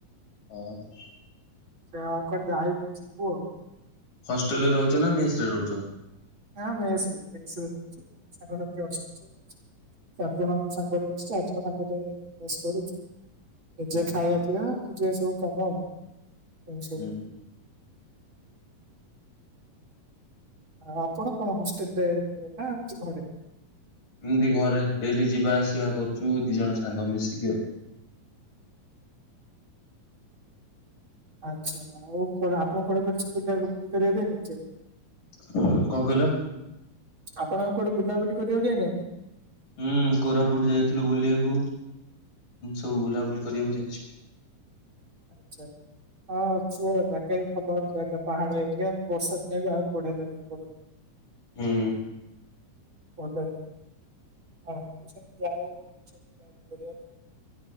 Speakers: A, on the left; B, on the right.
A: ଓହୋ
B: ସେ ଆଉ କୁଆଡେ ଯାଇ ଯିବୁ ଆଉ।
A: ହଷ୍ଟେଲରେ ରହୁଛ ନା ମେସରେ ରହୁଛ?
B: ହଁ ମେସରେ ମେସରେ ରହୁଛୁ ସାଙ୍ଗ ସାଥୀ ଚାରିଜଣ ସାଙ୍ଗରେ ରହୁଛି ଚାରି ଜଣ ସାଙ୍ଗରେ ମେସ କରୁଛୁ। ନିଜେ
A: ହଁ
B: ଖାଇବା
A: ହଁ।
B: ପିଇବା ନିଜେ ସବୁ କାମ ଆଉ, ଏମିତି ସବୁ।
A: ହୁଁ
B: ଆଉ ଆପଣ କଣ ହଷ୍ଟେଲରେ ନା ଘରେ?
A: ଏମିତି ଘରେ ଡେଲି ଯିବାଆସିବା କରୁଛୁ ଦି ଜଣ ସାଙ୍ଗ ମିଶିକି ଆଉ।
B: ହ ଆଚ୍ଛା ଆଉ କଣ ଆପଣ କଣ କର। ବୁଲାବୁଲି କରିବାକୁ ଦେଇ
A: ଆଉ। କଣ କହିଲ
B: ଆପଣ। କୋଆଡେ ବୁଲାବୁଲି କରିବାକୁ ଯାଇନାହା
A: ହୁଁ କୋରାପୁଟ ଯାଇଥିଲୁ ବୁଲିବାକୁ। ସବୁ ବୁଲାବୁଲି କରିବାକୁ ଯାଇଛୁ।
B: ଆଛା। ହଁ ଛୁ ଜାଗା ବି ଭଲ ଜାଗା ପାହାଡ ଏରିଆ ବର୍ଷା ଦିନେ ବି ଆହୁରି ବଢିଆ ଲାଗେ ବଡ
A: ହୁଁ।
B: ଭଲ ଏଇଆ ହଁ ଏଇ ସାଙ୍ଗେ ଯାଉ ସବୁ ବୁୁଲା କରିବାର।